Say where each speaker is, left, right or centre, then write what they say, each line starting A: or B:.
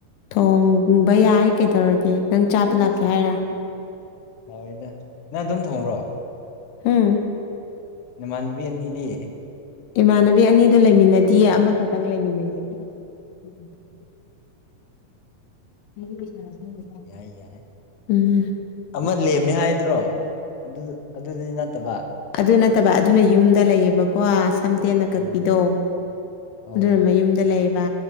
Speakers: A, on the left (about 80°); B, on the left (about 65°).
A: ꯊꯣꯡꯕ ꯌꯥꯏ ꯀꯩꯗꯧꯔꯒꯦ ꯅꯪ ꯆꯥ
B: ꯑꯁ
A: ꯂꯥꯛꯀꯦ ꯍꯥꯏꯔ
B: ꯂꯥꯎꯋꯦꯗ ꯅꯪ ꯑꯗꯨꯝ ꯊꯣꯡꯕ꯭ꯔꯣ
A: ꯍꯨꯝ
B: ꯅꯃꯥꯟꯅꯕꯤ ꯅꯤꯗꯤ
A: ꯏꯃꯥꯟꯅꯕꯤ ꯑꯅꯤꯗꯣ ꯂꯩꯃꯤꯟꯅꯗꯤꯌꯦ ꯑꯃꯈꯛꯇꯪ ꯂꯩꯃꯤꯟꯅꯩꯌꯦ <unintelligible> <unintelligible>
B: ꯌꯥꯏ ꯌꯥꯏ
A: ꯎꯝ
B: ꯑꯃ ꯂꯦꯝꯃꯦ ꯍꯥꯏꯗ꯭ꯔꯣ ꯑꯗꯨ ꯑꯗꯨꯗꯤ ꯅꯠꯇꯕ
A: ꯑꯗꯨ ꯅꯠꯇꯕ ꯑꯗꯨꯅ ꯌꯨꯝꯗ ꯂꯩꯌꯦꯕꯀꯣ ꯁꯝ ꯇꯦꯟꯅ ꯀꯛꯄꯤꯗꯣ
B: ꯑꯣ ꯑꯧ
A: ꯑꯗꯨꯅ ꯃꯌꯨꯝꯗ ꯂꯩꯕ